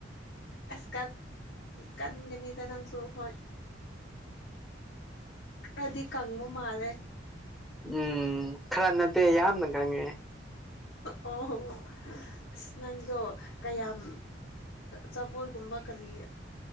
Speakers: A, on the left; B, in the centre.
A: ꯑꯁ ꯀꯟꯒꯅꯤꯗ ꯅꯪꯁꯨ ꯍꯣꯏ ꯈ꯭ꯔꯗꯤ ꯀꯪꯕ ꯃꯥꯂꯦ
B: ꯎꯝ ꯈꯔ ꯅꯠꯇꯦ ꯌꯥꯝꯅ ꯈꯪꯉꯦ
A: ꯑꯣ ꯑꯁ ꯅꯪꯗꯣ ꯀꯌꯥꯝ ꯆꯥꯄꯣꯠꯒꯨꯝꯕ ꯀꯔꯤ